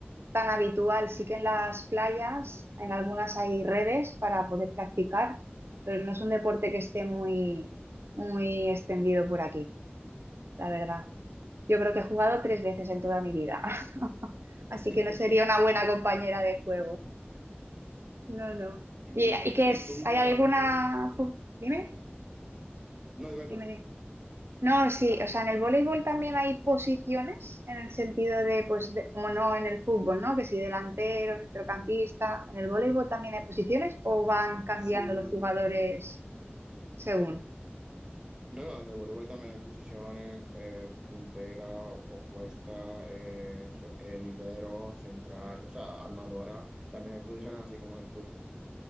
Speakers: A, on the right; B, on the right.
A: tan habitual. Sí que en las playas, en algunas hay redes para poder practicar, pero no es un deporte que esté muy, muy extendido por aquí, la verdad. Yo creo que he jugado
B: Vale.
A: tres veces en toda mi vida. <laughs> Así
B: <laughs>
A: que no sería una buena compañera de juego. No, no.
B: ¿Y
A: ¿Y,
B: tú?
A: y qué
B: ¿Y
A: es?
B: tú
A: ¿Hay
B: por
A: alguna...?
B: ahí? no?
A: pu- Dime,
B: No, dime tú.
A: dime, dime. No, sí, o sea, en el voleibol también hay posiciones en el sentido de, pues, de- como no en el fútbol, ¿no? Que si delantero, centrocampista, ¿en el voleibol también hay posiciones o van cambiando
B: Sí.
A: los jugadores según?
B: No, no, en el voleibol también hay posiciones, eh, puntera, o- opuesta, eh, re- eh, libero, central, o sea, armadora. También hay posiciones así como en el fútbol.